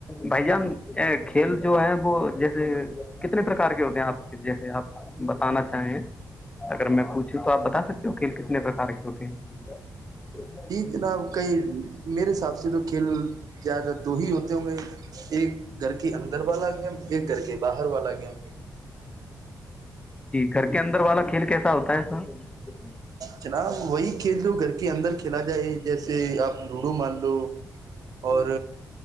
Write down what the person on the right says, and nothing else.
جناب کئی میرے حساب سے تو کھیل زیادہ دو ہی ہوتے ہوں گے ایک گھر کے اندر والا گیم ایک گھر کے باہر والا گیم
جناب وہی کھیل جو گھر کے اندر کھیلا جائے جیسے آپ لوڈو مان لو اور